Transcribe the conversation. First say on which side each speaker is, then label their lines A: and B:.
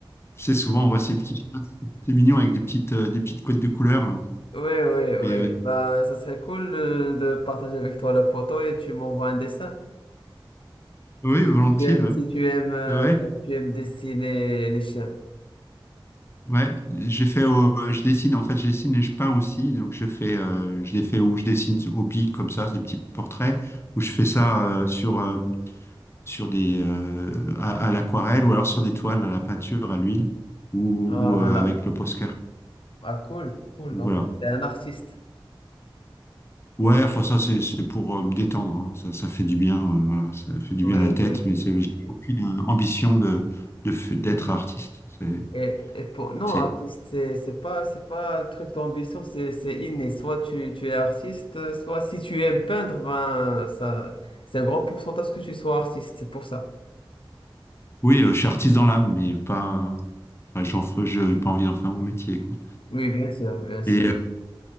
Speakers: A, on the left; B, on the left.
A: Tu sais, souvent, on voit ces petits chiens, c'est mignon avec des petites, euh, des petites couettes de couleur, là.
B: Ouais, ouais, ouais.
A: Mais euh,
B: Bah, ça serait cool euh, de partager avec toi la photo et tu m'envoies un dessin.
A: oui, volontiers,
B: Tu aimes,
A: ouais.
B: si tu aimes, euh,
A: Ouais, ouais.
B: tu aimes dessiner les chiens.
A: ouais. J'ai fait au- euh, je dessine, en fait, je dessine et je peins aussi. Donc, je fais, euh, je les fais où je dessine au bic, comme ça, des petits portraits, où je fais ça euh, sur, euh, sur des, euh, à, à l'aquarelle ou alors sur des toiles, à la peinture, à l'huile ou,
B: Ah,
A: ou
B: voilà.
A: euh, avec le Posca.
B: Ah, cool, cool.
A: Donc,
B: Donc,
A: voilà.
B: t'es un artiste.
A: Ouais, enfin ça c'est c'est pour euh, me détendre, hein. Ça, ça fait du bien, euh, voilà, ça fait du
B: Oui,
A: bien à la tête,
B: oui.
A: mais c'est j'ai aucune euh, ambition de de f- d'être artiste. C'est
B: Et, et pour... Non,
A: c'est
B: artiste, c'est c'est pas, c'est pas un truc d'ambition, c'est c'est inné. Soit tu, tu es artiste, euh, soit si tu aimes peindre, ben, ça, c'est un grand pourcentage que tu sois artiste, c'est pour ça.
A: oui, euh, je suis artiste dans l'âme, mais pas, euh, enfin j'en fais- j'ai pas envie d'en faire mon métier quoi.
B: Oui, bien sûr, bien sûr.
A: Et euh,